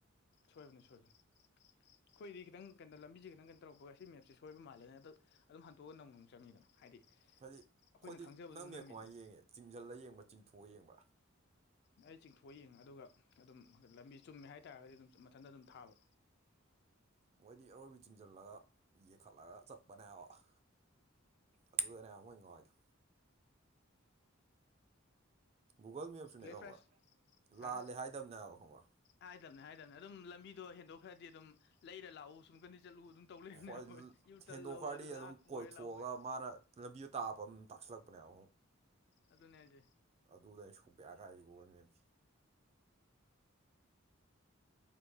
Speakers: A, on the left; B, on the right.
A: ꯁꯣꯏꯕꯅꯦ ꯁꯣꯏꯕꯅꯦ ꯑꯩꯈꯣꯏꯗꯤ ꯈꯤꯇꯪ ꯀꯩꯅꯣ ꯂꯝꯕꯤꯖꯦ ꯈꯤꯇꯪ ꯀꯩꯅꯣ ꯇꯧꯔꯛꯄꯒ ꯁꯤ ꯃꯦꯞꯁꯦ ꯁꯣꯏꯕ ꯃꯥꯜꯂꯦꯅꯦ‌ ꯗꯛ ꯑꯗꯨꯝ ꯍꯟꯇꯣꯛꯑꯒ ꯅꯧꯅ ꯑꯃꯨꯛ‌ ꯆꯪꯉꯤꯗꯅ ꯍꯥꯏꯗꯤ
B: ꯐꯗꯤ ꯑꯩꯈꯣꯏꯗꯤ
A: ꯑꯩꯈꯣꯏꯅ ꯈꯪꯖꯕꯗꯨ
B: ꯅꯪ‌‌ ꯃꯦꯞ
A: ꯅꯝꯃꯤꯗꯅ
B: ꯀꯃꯥꯏꯅ ꯌꯦꯡꯉꯤ ꯆꯤꯡꯖꯤꯜꯂ ꯌꯦꯡꯕ ꯆꯤꯡꯊꯣꯛꯑꯌꯦꯡꯕ꯭ꯔ
A: ꯑꯩ ꯆꯤꯡꯊꯣꯛꯑ ꯌꯦꯡꯉꯦ ꯑꯗꯨꯒ ꯑꯗꯨꯝ ꯂꯝꯕꯤ ꯆꯨꯝꯃꯦ ꯍꯥꯏꯇꯥꯥꯔꯒꯗꯤ ꯑꯗꯨꯝ ꯃꯊꯟꯇ ꯑꯗꯨꯝ ꯊꯥꯕ
B: ꯃꯣꯏꯗꯤ ꯑꯔꯣꯏꯕꯤ ꯆꯤꯡꯖꯤꯜꯂꯒ ꯌꯦꯛꯈꯠꯂꯒ ꯆꯠꯄꯅꯦꯕ ꯑꯗꯨꯗꯅꯦꯕ ꯃꫭꯏꯅ ꯉꯥꯎꯋꯤꯗꯣ ꯒꯨꯒꯜ ꯃꯦꯞꯁꯨꯅꯦ
A: ꯂꯦꯐ
B: ꯈꯪꯕ꯭ꯔꯥ
A: ꯔꯥꯏꯠ ꯍꯥ
B: ꯂꯥꯜꯂꯦ ꯍꯥꯏꯗꯕꯅꯦꯕ ꯈꯪꯕ꯭ꯔꯥ
A: ꯍꯥꯏꯗꯕꯅꯦ ꯍꯥꯏꯗꯕꯅꯦ ꯑꯗꯨꯝ ꯂꯝꯕꯤꯗꯣ ꯍꯦꯟꯗꯣꯛꯈ꯭ꯔꯗꯤ ꯑꯗꯨꯝ ꯂꯩꯔ ꯂꯥꯛꯎ ꯁꯨꯝ ꯀꯟꯗꯤ ꯆꯠꯂꯨ ꯑꯗꯨꯝ ꯇꯧ ꯂꯩꯕꯅꯦ
B: ꯍꯣꯏ
A: ꯑꯩꯈꯣꯏ ꯌꯨ ꯇꯔꯟ
B: ꯍꯦꯟꯗꯣꯛꯈꯔꯗꯤ
A: ꯂꯧ ꯑꯗꯨꯅ
B: ꯑꯗꯨꯝ
A: ꯑꯥ ꯀꯣꯏꯔ
B: ꯀꯣꯏꯊꯣꯛꯑꯒ
A: ꯂꯥꯛꯎ ꯀꯥꯏ
B: ꯃꯥꯅ ꯂꯝꯕꯤ ꯑꯇꯥꯕꯝ ꯇꯥꯛꯁꯜꯂꯛꯄꯅꯦ
A: ꯑꯗꯨꯅꯦ ꯍꯥꯏꯖꯦ
B: ꯑꯗꯨꯗ ꯑꯩꯩꯅ <unintelligible> ꯒꯨꯒꯜ ꯃꯦꯞꯁꯦ